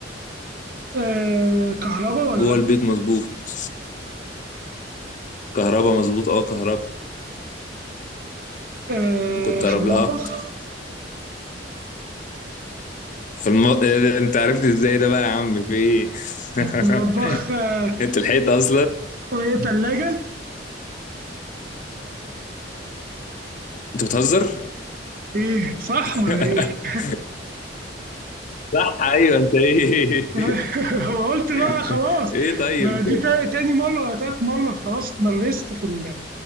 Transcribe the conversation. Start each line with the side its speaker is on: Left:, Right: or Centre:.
Right: آه كهرباء ولا
Left: جوه
Right: لأ؟
Left: البيت مظبوط كهربا مظبوط اه كهربا
Right: آه
Left: ممكن تقرب
Right: في المطبخ
Left: لها اكتر في الم... إيه ده؟ انت عرفت ازاي ده بقى يا عم في ايه
Right: المطبخ
Left: <laughs>
Right: آه
Left: انت لحقت اصلا
Right: وإيه تلاجة؟
Left: انت بتهزر
Right: إيه صح ولا
Left: <laughs>
Right: إيه؟
Left: صح ايوه انت ايه
Right: <laughs> قلت بقى
Left: <laughs>
Right: خلاص
Left: ايه طيب
Right: ما
Left: انت
Right: دي تا- تاني مرة ولا تالت مرة خلاص اتمرست في ال-